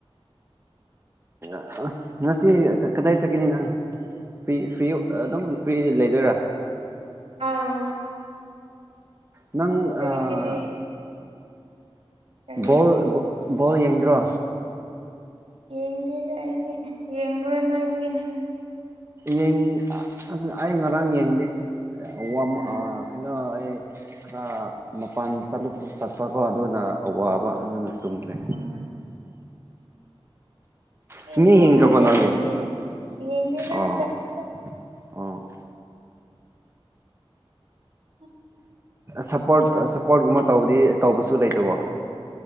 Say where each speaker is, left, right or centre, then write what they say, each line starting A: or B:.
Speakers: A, on the right; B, on the right.
A: <inaudible> ꯉꯁꯤ ꯀꯗꯥꯏ ꯆꯠꯀꯅꯤ ꯅꯪ ꯐ꯭ꯔꯤ ꯐ꯭ꯔꯤ ꯑꯗꯨꯝ ꯐ꯭ꯔꯤ ꯂꯩꯗꯣꯏꯔꯥ
B: ꯑꯥꯎ
A: <inaudible> ꯅꯪ
B: ꯀꯔꯤ
A: ꯑꯥ
B: ꯀꯔꯤ ꯀꯔꯤ
A: ꯕꯣꯜ ꯕ ꯕꯣꯜ ꯌꯦꯡꯗ꯭ꯔꯣ
B: ꯌꯦꯡꯗꯦꯗ ꯑꯩꯗꯤ ꯌꯦꯡꯕ꯭ꯔꯣ ꯅꯣꯏꯗꯤ
A: ꯌꯦꯡ ꯑꯥ ꯑꯩ ꯉꯔꯥꯡ ꯌꯦꯡꯗꯦ <inaudible>
B: ꯑꯥ
A: ꯀꯩꯅꯣ ꯑꯩ ꯈ꯭ꯔꯥ ꯃꯄꯥꯟ ꯆꯠꯂꯨ ꯆꯠꯄꯀꯣ ꯑꯗꯨꯅ ꯑꯋꯥꯕ ꯑꯗꯨꯅ ꯇꯨꯝꯈ꯭ꯔꯦ
B: ꯑꯥ ꯑꯩ
A: ꯁꯨꯡꯌꯦꯡ
B: ꯕꯣꯜ
A: ꯌꯦꯡꯗ꯭ꯔꯕꯣ
B: ꯑꯝꯇ
A: ꯅꯪꯗꯤ
B: ꯌꯦꯡꯗꯦꯗ ꯌꯦꯡꯗꯦꯗ
A: ꯑꯣ
B: ꯑꯝꯇ
A: <inaudible>
B: <inaudible>
A: ꯁꯞꯄꯣꯔꯠ ꯁꯞꯄꯣꯔꯠꯀꯨꯝꯕ ꯇꯧꯕꯗꯤ ꯇꯧꯕꯁꯨ ꯂꯩꯇꯕꯣ